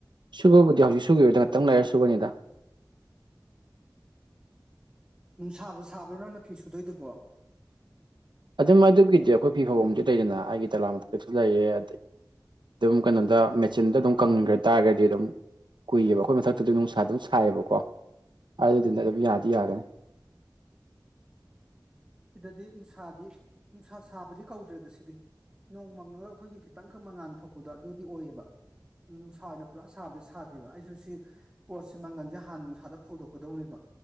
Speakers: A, on the right; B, on the right.
A: ꯁꯨꯕꯕꯨꯗꯤ ꯍꯧꯖꯤꯛ ꯁꯨꯈꯤꯕꯗ ꯉꯥꯛꯇꯪ ꯂꯩꯔ ꯁꯨꯒꯅꯤꯗ
B: ꯅꯨꯡꯁꯥꯕꯨ ꯁꯥꯕ꯭ꯔꯥ ꯅꯪꯅ ꯐꯤ ꯁꯨꯗꯣꯏꯗꯨꯕꯣ
A: ꯑꯗꯨꯝ ꯑꯗꯨꯒꯤꯗꯤ ꯑꯩꯈꯣꯏ ꯐꯤ ꯐꯧꯕꯝ ꯂꯩꯗꯅ ꯑꯩꯒꯤ ꯗꯣꯂꯥꯜ ꯃꯊꯥꯛꯁꯨ ꯂꯩꯔꯦ ꯑꯗꯩ ꯑꯗꯨꯝ ꯀꯩꯅꯣꯗ ꯃꯦꯆꯤꯟꯗ ꯑꯗꯨꯝ ꯀꯪꯈ꯭ꯔ ꯇꯥꯔꯒꯗꯤ ꯑꯗꯨꯝ ꯀꯨꯏꯌꯦꯕ ꯑꯩꯈꯣꯏ ꯃꯊꯛꯇꯨꯗ ꯅꯨꯡꯁꯥ ꯑꯗꯨꯝ ꯁꯥꯏꯌꯦꯕꯀꯣ ꯑꯗꯨꯗꯨꯅ ꯑꯗꯨꯝ ꯌꯥꯗꯤ ꯌꯥꯒꯅꯤ
B: ꯁꯤꯗꯗꯤ ꯅꯨꯡꯁꯥꯗꯤ ꯅꯨꯡꯁꯥ ꯁꯥꯕꯗꯤ ꯀꯧꯗ꯭ꯔꯦꯗ ꯁꯤꯗꯤ ꯅꯣꯡꯃꯪꯉꯒ ꯑꯩꯈꯣꯏꯒꯤ ꯈꯤꯇꯪ ꯈꯚ ꯃꯉꯥꯟ ꯊꯣꯛꯄꯗꯣ ꯑꯗꯨꯗꯤ ꯑꯣꯏꯌꯦꯕ ꯅꯨꯡꯁꯥ ꯑꯣꯏꯅ ꯄꯨꯔꯥ ꯁꯥꯕꯗꯤ ꯁꯥꯗꯦꯕ ꯑꯩꯁꯨ ꯁꯤ ꯄꯣꯠꯁꯦ ꯃꯪꯒꯜꯁꯦ ꯍꯥꯟꯅ ꯅꯨꯡꯁꯥꯗ ꯐꯧꯗꯣꯛꯀꯗꯧꯅꯦꯕ